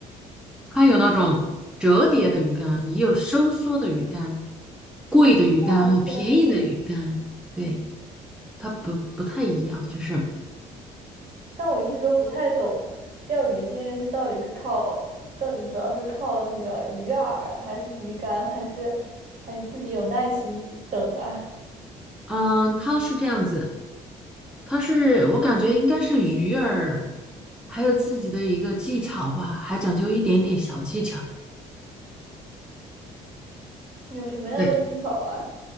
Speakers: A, in the centre; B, on the right.
A: 它有那种折叠的鱼竿，也有收缩的鱼竿，贵的鱼竿和便宜的鱼竿，
B: 我知道没错，
A: 对，它不不太一样，就是，
B: 但我一直都不太懂钓鱼这件事到底是靠，到底主要是靠那个鱼饵，还是鱼竿，还是还是自己有耐心等啊？
A: 嗯，它是这样子，它是我感觉应该是鱼儿还有自己的一个技巧吧，还讲究一点点小技巧，
B: 有什么样的技巧啊？
A: 对。